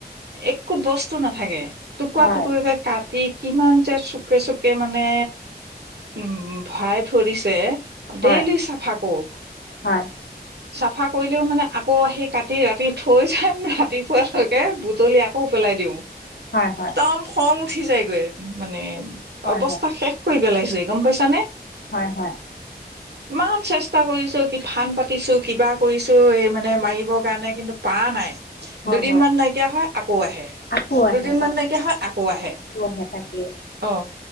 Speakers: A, on the right; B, on the left.
A: একো বস্তু নাথাকে টুকুৰা
B: হয়
A: টুকুৰকৈ কাটি কিমান যে চুকে চুকে মানে উম ভৰাই থৈ দিছে
B: হয়
A: ডেইলী চাফা কৰোঁ।
B: হয়
A: চাফা কৰিলেও মানে আকৌ আহি কাটি ৰাতি থৈ যাই মনে ৰাতিপুৱা লৈকে বু বুটলি আকৌ পেলাই দিওঁ।
B: হয় হয়।
A: <unintelligible> খং উঠি যায়গৈ মানে অৱস্থা
B: হয় হয়
A: শেষ কৰি পেলাইছে গম পাইছানে
B: হয় হয়
A: <unintelligible> ইমান চেষ্টা কৰিছো কি ফান পাতিছো কিবা কৰিছো এই মানে মাৰিবৰ কাৰণে কিন্তু পাৰা নাই
B: হয়
A: দুদিন
B: হয়
A: মান নাইকিয়া হয় আকৌ আহে
B: আকৌ আহে
A: দুদিন মান নাইকিয়া হয় আকৌ আহে
B: আহে তাকেই
A: অ